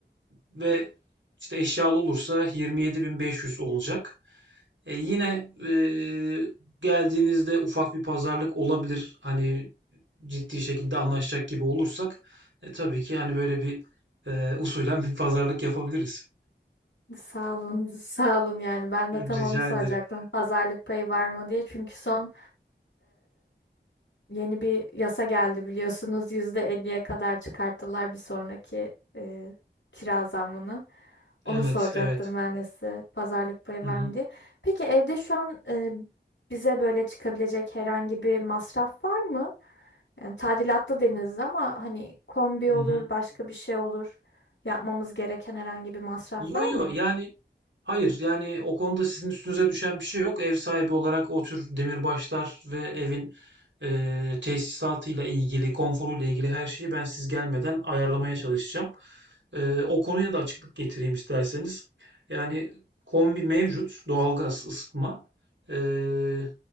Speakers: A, on the right; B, on the left.
A: ve işte eşyalı olursa 27.500 olacak. E, yine eee, geldiğinizde ufak bir pazarlık olabilir. Hani ciddi şekilde anlaşacak gibi olursak e, tabii ki hani böyle bir eee usulen bir pazarlık yapabiliriz.
B: Sağ olun, sağ olun yani ben de tam
A: Rica
B: onu soracaktım.
A: ederim.
B: Pazarlık payı var mı diye çünkü son Yeni bir yasa geldi biliyorsunuz. %50'ye kadar çıkarttılar bir sonraki e, kira zammını.
A: Evet,
B: Onu soracaktım
A: evet.
B: ben de size. Pazarlık payı
A: Hı
B: var
A: hı.
B: mı diye. Peki evde şu an e, bize böyle çıkabilecek herhangi bir masraf var mı? Yani tadilatta deniz ama hani kombi
A: Hı
B: olur,
A: hı.
B: başka bir şey olur. Yapmamız gereken herhangi bir masraf
A: Yo
B: var
A: yo
B: mı?
A: yani Hayır yani o konuda sizin üstünüze düşen bir şey yok. Ev sahibi olarak o tür demirbaşlar ve evin eee tesisatıyla ilgili, konforuyla ilgili her şeyi ben siz gelmeden ayarlamaya çalışacağım. Eee, o konuya da açıklık getireyim isterseniz. Yani kombi mevcut, doğalgaz, ısıtma. Eee